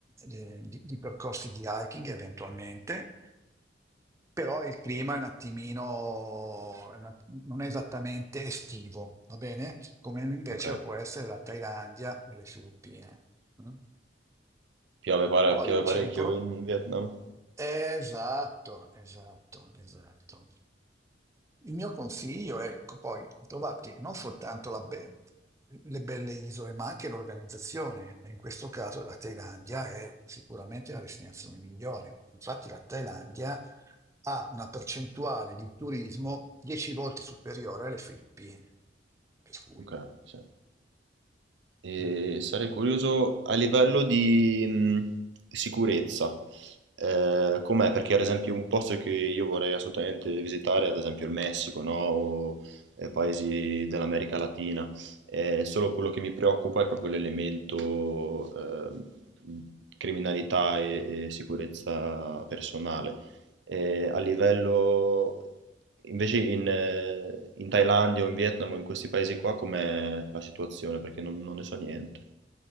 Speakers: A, on the right; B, on the right.
A: eh, di- di percorsi di hiking eventualmente, però il clima è un attimino, è un att- non è esattamente estivo, va bene? Come invece
B: Ok.
A: lo può essere la Thailandia e le Filippine. Mm.
B: Piove, pare-
A: Poi
B: piove
A: c'è
B: parecchio
A: un pro...
B: in Vietnam?
A: Esatto, esatto, esatto. Il mio consiglio è ecco, poi trovarti non soltanto la be- le belle isole, ma anche l'organizzazione. E In questo caso la Thailandia è sicuramente la destinazione migliore. Infatti la Thailandia ha una percentuale di turismo 10 volte superiore alle Filippine, per cui
B: Ok, sì. E
A: mm,
B: sarei curioso a livello di mh, sicurezza, eh, com'è? Perché ad esempio un posto che io vorrei assolutamente visitare, ad esempio il Messico, no? O eh, paesi dell'America Latina, Eh, solo quello che mi preoccupa è proprio l'elemento eh, criminalità e e sicurezza personale eh, a livello invece in, eh, in Thailandia o in Vietnam o in questi paesi qua com'è la situazione? Perché non, non ne so niente.